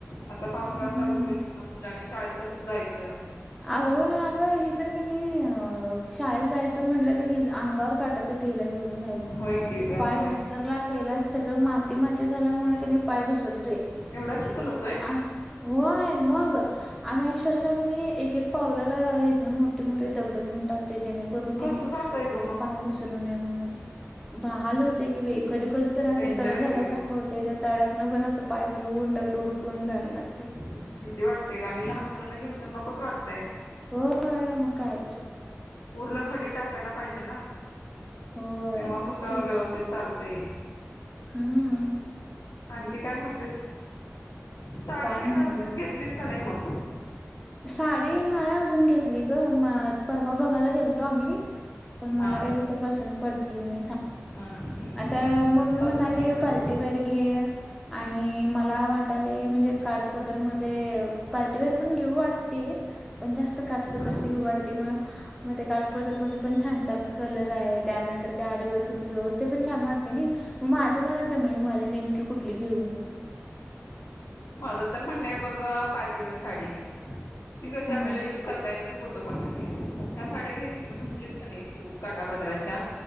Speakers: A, on the left; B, in the centre.
A: आता पावसाळा
B: हम्म.
A: चालू होईल म्हणाव. मुलांनी शाळेत कसं जायचं?
B: अहो. अगं, हे तर की नाही शाळेला जायचं म्हटलं कि नाही अंगावर काटाच येतोय हीला घेऊन जा्यायचे म्हटवर
A: होय की ग
B: पाय
A: होय
B: घसरला केला. सगळं माती माती झाल्यामुळे त्यांनी पाय घसरतोय.
A: एवढा चिखल होतोय?
B: आ होय मग. आम्ही अक्षर एक एक पावलाला आहेत ना मोठे मोठे दगड नेऊन टाक ते जेणेकरून
A: कसं
B: कनी
A: जातय ग मग
B: पाय घसरू नये म्हणून. ब हाल होते कि कधी कधी तर असं
A: डेंजर
B: तळ
A: आहे
B: झाल्यासारखं
A: की रे मग
B: होत. ते त्या तळ्यात न बन असं पाय घालवून दगडं हूडकून जायला लागते.
A: भीती वाटते गं. आणि लहान मुलांना घेऊन तर नकोस वाटतंय.
B: होय. मग काय तर.
A: पूर्ण खडी टाकायला पाहिजे ना.
B: होय
A: तेव्हा
B: तेच
A: कुठं व्यवस्थित चाल ते.
B: हम्.
A: आणखी काय म्हणतेस? साडी
B: काय
A: घेणार
B: नाही
A: होतीच
B: बघ.
A: घेतलीस का नाही मग?
B: साडी नाही अजून घेतली गं म परवा बघायला गेलतो आम्ही पण
A: हा
B: मला काय तिथं पसंत पडली नाही
A: हम्म
B: आता मम्मी म्हणाली
A: पसंत नाही पडली
B: पार्टी वेअर घे. आणि मला वाटले म्हणजे काट पदर मध्ये पाटीवेअर प घेवु वाटते. पण जास्त काटपदराची
A: हा
B: घेऊ वाटते. मग मग त्या काठपदर मध्ये पण छान छान कलर आहे. त्यानंतर त्या आरी वर्क ब्लाउज ते पण छान वाटते नाही. मग माझं मला जमलिंगव्हालय नेमके कुठली घेऊ?
A: माझ तर म्हणनं हाय बघ पार्टीवेअर साडी घे. ती कशी
B: हा
A: आपल्याला युज करता त ना कुठपणाने ह्या साड्या घ्यायशील म्हटलीस का नाही तू काठपदराच्या